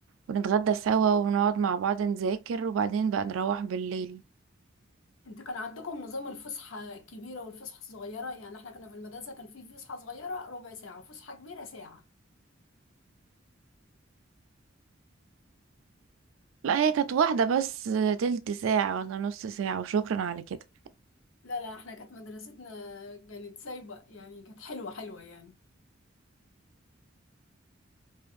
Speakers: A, on the right; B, on the left.
A: ونتغدى سوا ونقعد مع بعض نذاكر وبعدين بقى نروح بالليل
B: انت كان عندكم نظام الفسحة الكبيرة والفسحة الصغيرة يعني احنا كنا في المدرسة كان في فسحة صغيرة ربع ساعة وفسحة كبيرة ساعة
A: لا هي كانت واحدة بس تلت ساعة ولا نص ساعة وشكرا على كده
B: لا لا احنا كانت مدرستنا كانت سايبة يعني كانت حلوة حلوة يعني